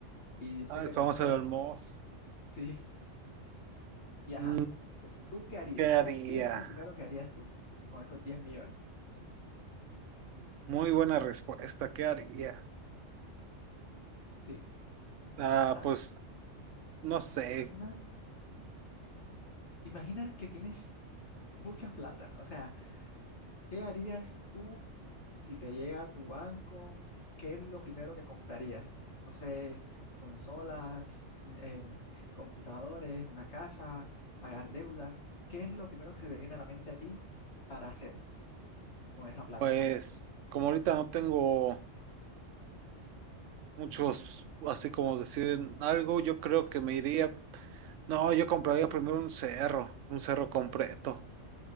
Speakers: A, on the left; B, on the right.
A: y dice
B: Ah,
A: que
B: el
A: te
B: famoso
A: los quede.
B: Elon Musk.
A: Sí, <laughs> y ajá.
B: Mm,
A: Entonces, ¿tú qué harías?
B: ¿Qué haría?
A: O sea, ¿qué es lo primero que harías tú con esos diez millones?
B: Muy buena respuesta. ¿Qué haría?
A: Sí.
B: Ah,
A: O sea,
B: pues no sé.
A: imagina, imagina que tienes mucha plata. O sea, ¿Qué harías tú si te llega a tu banco? ¿Qué es lo primero que comprarías? No sé, consolas, em, computadores, una casa, pagar deudas. ¿Qué es lo primero que se te viene a la mente a ti para hacer con esa plata?
B: Pues como ahorita no tengo muchos, así como decir algo, yo creo que me iría. No, yo compraría primero un cerro, un cerro completo.